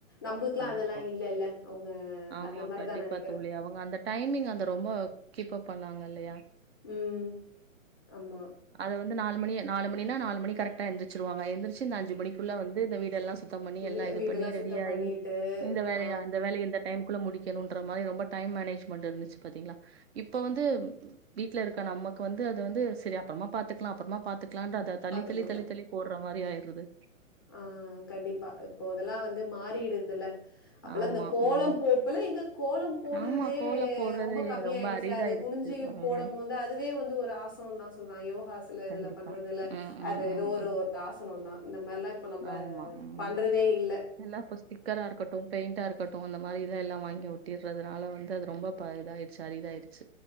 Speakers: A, on the left; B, on the right.
A: நம்பளுக்குலாம்
B: கண்டிப்பா
A: அதெல்லாம் இல்லல்ல. அவங்க
B: ஆமா
A: அந்த மாரி
B: கண்டிப்பா
A: தான் நெனைக்கிறேன்.
B: தோழி அவுங்க அந்த டைமிங் அந்த ரொம்ப கீப் அப் பண்ணாங்க இல்லயா
A: ம் ஆமா
B: அது வந்து நாலு மணி நாலு மணி னா நாலு மணி கரெக்டா எந்திரிச்சிருவாங்க எந்திரிச்சி இந்த அஞ்சு மணிக்குள்ள வந் து இந்த வீடெல்லா சுத் தம் பண்ணி எல்லா
A: வீ
B: இது
A: வீடெல்லாம்
B: பண்ணி ரெடியாயி
A: சுத்தம் பண்ணிட்டு,
B: இந்த வேலைய
A: ஆ
B: அந்த வேலைய இந்த டைம்குள்ள முடிக்கணுன்ற மாரி ரொம்ப டைம் மேனேஜ்மெண்ட் இருந்துச்சு பாத்திங்ளா இப்ப வந்து வீட்ல இருக்க நமக்கு வந்து அது வந்து சரி அப்பறமா பாத்துக்லா அப்பறமா பாத்துக்லான்ட்டு அத தள்ளி
A: பாத்துக்கலாம்.
B: தள்ளி தள்ளி தள்ளி போடறா மாரி ஆயிருது
A: ஆ கண்டிப்பா இப்போ இதெல்லா வந் து மாறிடுதுல்ல அப்பல்லா
B: ஆமா
A: இந்த கோலம்
B: ம்
A: போப் இப்பலா எங்க கோலம் போடறதே
B: ஆமா கோலம் போடுறது
A: ரொம் ப கமி
B: ரொம்ப
A: ஆயிடுச்சி
B: அரிதாயிடுச்சு
A: ல அது குனிஞ்சு
B: ம்
A: போடம் மோது அதுவே வந்து ஒரு ஆசனந்தா சொல்லா யோ காஸ்ல இதுல
B: கண்டிப்பா
A: பண்றதுல
B: ம் ம்
A: அது
B: ம்
A: ஏதோ ஒரு
B: ம்
A: ஒரு ஆசனந்தா இந்த மார்லா இப்ப நம்ப
B: ஆமா ம்
A: பண்றதே இல்
B: எல்லா இப்ப ஸ்டிக்கரா இருக்கட்டு பெயிண்டா இருக்கட்டு அந்த மாரி இதல்லா வாங்கி ஒட்டிர்றதுனால வந் து ரொம்ப ப இதாய்ச்சி அரிதாயிர்ச்சு